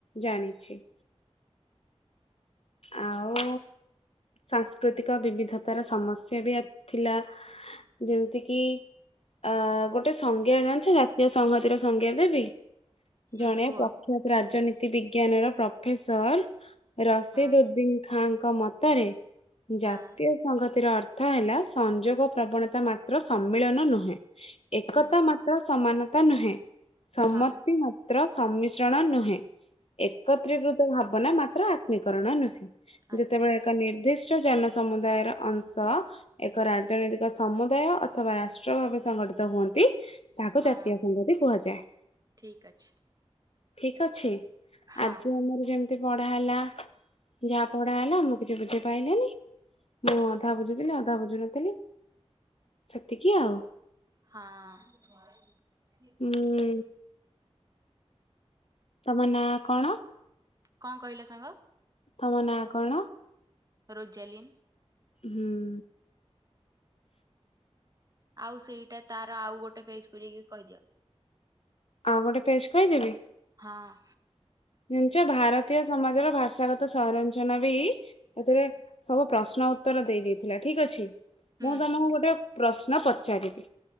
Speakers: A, on the left; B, on the right.
A: ଜାଣିଚି। ଆଉ ସାଂସ୍କୃତିକ ବିବିଧତାର ସମସ୍ୟା ବି ଥିଲା। ଯେମିତି କିି ଅ ଗୋଟେ ସଂଜ୍ଞା ଜାଣିଛ, ଜାତୀୟ ସଂଘତିର ସଂଜ୍ଞା ଦେବି?
B: ହୁଁ
A: ଜଣେ
B: କୁହ।
A: ପ୍ରଖ୍ୟାତ ରାଜନୀତି ବିଜ୍ଞାନ ର ପ୍ରଫେସର, ରସିଦ
B: ହଁ
A: ଉଦ୍ଦି ଖାଁଙ୍କ ମତରେ ଜାତୀୟ
B: ହଁ
A: ସଂଘତିର ଅର୍ଥ ହେଲା ସଂଯୋଗ ପ୍ରବଣତା ମାତ୍ର ସମ୍ମିଳନ ନୁହେଁ। ଏକତା
B: ହୁଁ
A: ମାତ୍ର ସମାନତା ନୁହେଁ, ସମ୍ମତି
B: ହଁ
A: ମା ତ୍ର ସମ୍ମିଶ୍ରଣ ନୁହେଁ, ଏକତ୍ରୀକୃତ ଭାବନା ଆତ୍ମକରଣ ନୁହେଁ।
B: ଆଚ୍ଛା
A: ଯେତେବେଳେ ଏକ ନିର୍ଦ୍ଦିଷ୍ଟ ଜନ ସମୁଦାୟର ଅଂଶ ଏକ ରାଜନୈତିକ ସମୁଦାୟ ଅଥବା ରାଷ୍ଟ୍ର ଭାବେ ସଂଗଠିତ ହୁଅନ୍ତି ତାହାକୁ
B: ହଁ
A: ଜାତୀୟ ସଂଘତୀ କୁହାଯାଏ,
B: ଠିକ ଅଛି।
A: ଠିକ୍ ଅଛି।
B: ହଁ
A: ଆଜି ଆମର ଯେମିତି ପଢା ହେଲା, ଯାହା ପଢା ହେଲା ମୁଁ କିଛି ବୁଝିପାଇଲିନି। ମୁଁ ଅଧା ବୁଝୁଥିଲି ଅଧା ବୁଝୁ ନଥିଲି, ସେତିକି ଆଉ।
B: ହଁ।
A: ଉଁ ତମ ନାଁ କଣ?
B: କଣ କହିଲ ସାଙ୍ଗ?
A: ତମ ନାଁ କଣ?
B: ରୋଜାଲିନ୍।
A: ହୁଁ।
B: ଆଉ ସେଇଟା ତାର ଆଉ ଗୋଟେ ପେଜ୍ କୁ ଯାଇକି କହିଦିଅ।
A: ଆଉ ଗୋଟେ ପେଜ୍ କହିଦେବି?
B: ହଁ।
A: ଜାଣିଚ ଭାରତୀୟ ସମାଜର ଭାଷାଗତ ସଂରଞ୍ଚନା ବି ଏଥିରେ ସବୁ ପ୍ରଶ୍ନ ଉତ୍ତର ଦେଇ ଦେଇଥିଲା ଠିକ୍ ଅଛି।
B: ହୁଁ
A: ମୁଁ ତମକୁ ଗୋଟେ ପ୍ରଶ୍ନ ପଚାରିବି,